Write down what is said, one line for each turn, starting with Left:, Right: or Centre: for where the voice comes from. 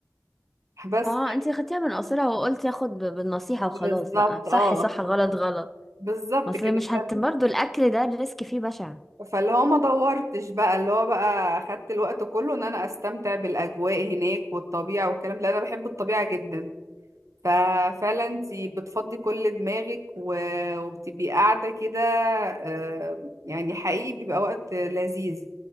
Right: بس
Centre: اه انتي خدتيها من قصرها وقلت اخد بالنصيحة وخلاص
Right: بالظبط
Centre: بقى صح
Right: اه
Centre: صح غلط غلط
Right: بالظبط
Centre: ما اصل
Right: كده
Centre: مش
Right: فال-
Centre: هت برضه الاكل ده الريسك فيه بشع
Right: فاللي هو ما دورتش بقى اللي هو بقى اخدت الوقت كله ان انا استمتع بالاجواء هناك والطبيعة والكلام ده انا بحب الطبيعة جدا ففعلا انت بتفضي كل دماغك و- وبتبقي قاعدة كده آه، يعني حقيقي بيبقى وقت لذيذ